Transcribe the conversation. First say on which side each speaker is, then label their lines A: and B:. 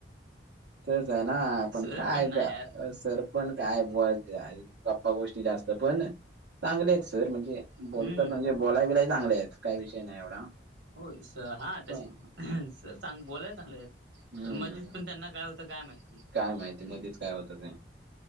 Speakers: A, on the right; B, on the right.
A: तेच आहे ना, आपण
B: सर
A: काय
B: पण नाही
A: का
B: यार
A: सर पण काय बुवा काय? गप्पा गोष्टी जास्त पण चांगलेत सर म्हणजे बोलतात
B: हम्म.
A: म्हणजे बोलाय बिलाय चांगलेत काही विषय नाही एवढा.
B: हो स हा तसे
A: पण
B: सर चांग बोलाय चांगलेत
A: हम्म
B: पण मधीच पण त्यांना काय हो -तं काय माहिती?
A: काय माहिती मध्येच काय होतं ते